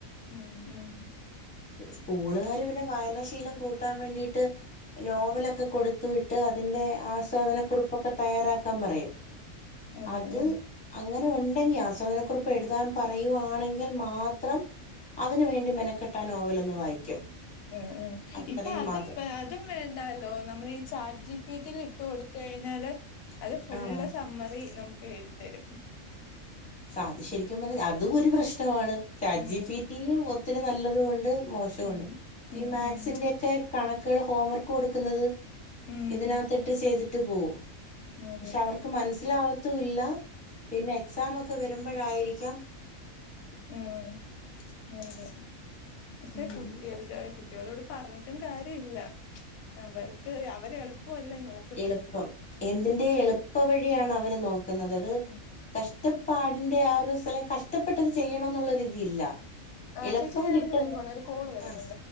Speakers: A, on the left (about 80°); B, in the centre.
A: ഉം ഉം
B: സ്കൂളുകാര് പിന്നെ വായനശീലം കൂട്ടാൻ വേണ്ടിട്ട് നോവലൊക്കെ കൊടുത്തു വിട്ട് അതിന്റെ ആസ്വാദനക്കുറിപ്പൊക്കെ തയ്യാറാക്കാൻ പറയും
A: അതെ
B: അത്
A: ഉം
B: അങ്ങനെ നണ്ടെങ്കി ആസ്വാദനക്കുറിപ്പ് എഴുതാൻ പറയുവാണെങ്കിൽ മാത്രം അതിനുവേണ്ടി മെനക്കെട്ടാ നോവൽ ഒന്ന് വായിക്കും
A: ഉം ഉം
B: അത്രയും
A: ഇപ്പൊ അതും
B: മാത്രം
A: അതും വേണ്ടാല്ലോ നമ്മൾ ഈ ചാറ്റ് ജി പി റ്റി യിൽ ഇട്ട് കൊടുത്ത് കഴിഞ്ഞാല് അത് ഫുള്ള്
B: ആഹ്
A: സമ്മറി നമ്മക്ക് എഴുതി തരും
B: സാ അത് ശരിക്കും പറഞ്ഞാ അതും ഒരു പ്രശ്നമാണ് ചാറ്റ്
A: ഉം
B: ജീ പിടിയിൽ ഒത്തിരി നല്ലതും ഉണ്ട് മോശ് ശോണ്ട്
A: ഉം ഉം
B: ഈ മാത്‌സിന്റെയൊക്കെ
A: ഉം
B: കണക്കുകൾ ഹോംവർക്ക് കൊടുക്കുന്നത്
A: ഉം
B: ഇതിനാത്തിട്ട് ചെയ്തിട്ട് പോകും
A: അതെ
B: പക്ഷെ അവർക്ക് മനസ്സിലാവാത്തും ഇല്ല പിന്നെ എക്സാം ഒക്കെ വരുമ്പഴായിരിക്കാം
A: ഉം അതെ പക്ഷെ
B: ഉം
A: കുട്ടികൾ <unintelligible> കുട്ടികളോട് പറഞ്ഞിട്ടും കാര്യല്ല അവർക്ക് അവര് എളുപ്പമല്ലേ നോക്ക്
B: എളുപ്പം എന്തിന്റെ എളുപ്പ വഴിയാണ് അവര് നോക്കുന്നത് അത്
A: ഉം
B: കഷ്ടപ്പാടിന്റെ ആ ഒരു <unintelligible> കഷ്ടപ്പെട്ട് അത് ചെയ്യണോന്നുള്ള ഒരിതില്ല
A: ആ
B: എളുപ്പം
A: ചേച്ചി ഞാനൊന്ന്
B: കിട്ടു
A: വെക്കുവാണെ ഒരു കോള് വരുന്നുണ്ട്
B: ആഹ്